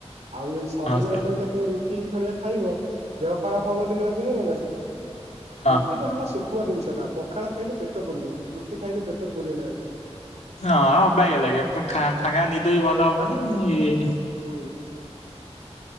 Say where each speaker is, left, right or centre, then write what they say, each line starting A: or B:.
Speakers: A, on the right (about 85°); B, on the left (about 85°).
A: ଆଉ ଯଦି ସବୁବେଳେ
B: ହଁ ସେଇଟା
A: ପାଇଁକା ତମେ ରୁଟି ଖ ଖାଇବ ଦେହ ଖରାପ ହବ ଦିନେ ଦିନ ନା ନାଇଁ।
B: ହଁ
A: ରୁଟି ତ ହେଲା ସୁଷ୍ମ ଜିନିଷଟା ପଖାଳ ଖାଇଲେ ପେଟ ପୁରିବ ରୁଟି ଖାଇଲେ ପେଟ ପୁୁରେନା ଏବେ।
B: ହଁ ଅବାଗିଆ ଲାଗେ ଫାଙ୍କା ନିଦ ବି ଭଲ ହବନି।
A: ହୁଁ